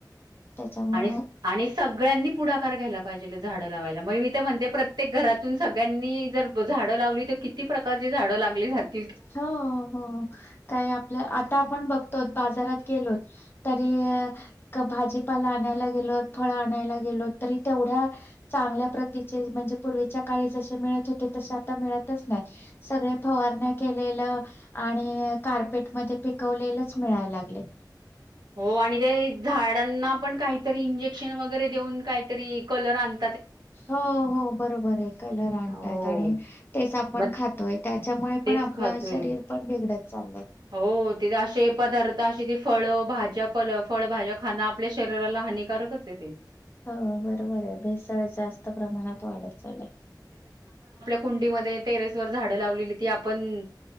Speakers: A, on the left (about 30°); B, on the right (about 70°).
A: त्याच्यामुळं
B: आणि आणि सगळ्यांनी पुढाकार घ्याला पाहिजेल झाडं लावायला. मग मी ते म्हणते प्रत ते घरातून सगळ्यांनी जर झाडं लावली तर किती प्रकारची झाडं लागली जात
A: हो हो, काय आपल्या आता आपण बघतो बाजारात केलोत तरी भाजीपाला आणायला गेलो फळ आणायला गेलो तरी तेवढ्या चांगल्या प्रतीचे म्हणजे पूर्वीच्या काळी जसे मिळत होते तसे आता मिळतच नाही सगळे फवारण्या केलेलं आणि कारपेट मध्ये पिकवलेलंच मिळाय लागलय.
B: हो आणि ते झाडांना पण काहीतरी इंजेक्शन वगैरे देऊन काहीतरी कलर आण
A: हो हो बरोबर ये कलर आणताय
B: हो
A: आणि तेच आपण
B: मग
A: खातोय त्याच्यामुळे
B: तेच
A: पण आपलं
B: खातोय.
A: शरीर पण बिघडत चाललंय.
B: हो तिथे असे पदार्थ अशी ती फळ भाज्या पल फळभाज्या खाणं आपल्या शरीराला हानिकारकच ये ते
A: हो बरोबर ये भेसळ जास्त प्रमाणात वाढत चालय.
B: कुंडी मध्ये टेरस वर झाड लावलेली ती आपनं